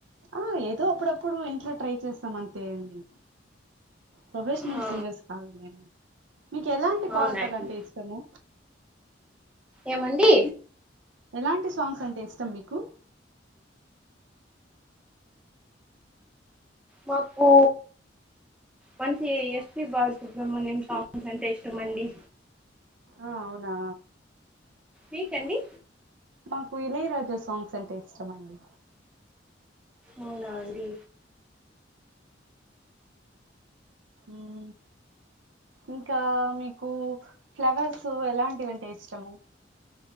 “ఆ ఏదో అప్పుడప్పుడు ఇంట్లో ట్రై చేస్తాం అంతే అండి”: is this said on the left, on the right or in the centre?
Right